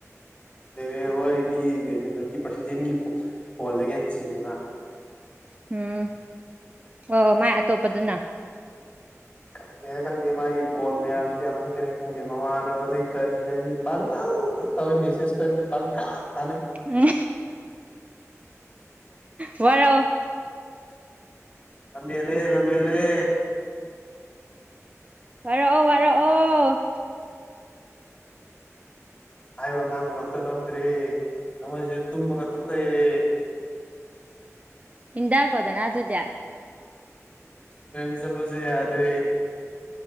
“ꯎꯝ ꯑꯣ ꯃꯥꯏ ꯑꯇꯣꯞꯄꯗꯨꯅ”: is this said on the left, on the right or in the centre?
Right